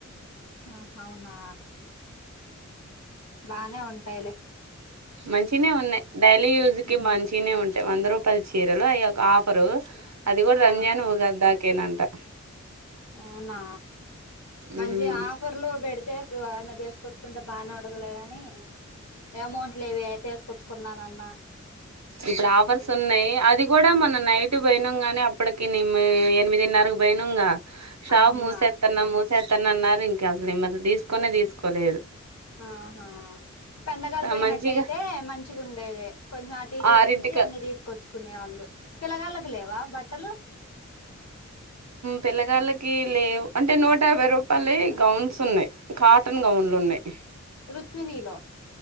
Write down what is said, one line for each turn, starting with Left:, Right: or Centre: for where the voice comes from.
Left: ఆ అవునా బాగానే ఉం టాయి లే
Right: మంచినే ఉన్నాయ్ డైలీ యూజ్ కి
Left: ఉమ్
Right: మంచినే ఉంటా వంద రూపాయల చీరలు అయొక ఆఫరు అది కూడా
Left: ఆ
Right: రంజాన్ ఉగాది దాకా కేనాంటా
Left: అవునా మంచి
Right: ఉమ్,
Left: ఆఫర్లు పెడితే న తీసుకొచ్చుకుంటే బాగానే ఉ లే కాని అమౌంట్లువే తీసుకొచ్చుకున్నానన్న
Right: ఇక్కడ ఆఫర్స్ ఉన్నాయి అది కూడా మొన్న నైట్ పోయినం గనీ అప్పటికి కిని ఎనిమిదిన్నరకు పోయినంగా షాబ్
Left: ఆ అవునా
Right: మూసేత్తన్నా మూస చేతన అన్నారు ఇంకా అసలుమ తీసుకుొనే తీసుకోలేదు
Left: ఆహా పెందగాలు
Right: ఆ
Left: పోయినట్టయితే
Right: మంచిగా
Left: మంచిగా ఉండేది కొంచెం ఇటి
Right: ఆరింటికి
Left: చూసి అన్ని తీసుకొచ్చుకునే వాళ్ళు పిలగాళకు లేవా బట్టలు
Right: పిల్లగాళ్లకి లేవు అంటే నూట యాభై రూపాయలు గౌన్స్ ఉన్నాయి కాటన్ గౌన్లు ఉన్నాయి
Left: రుత్మినీలో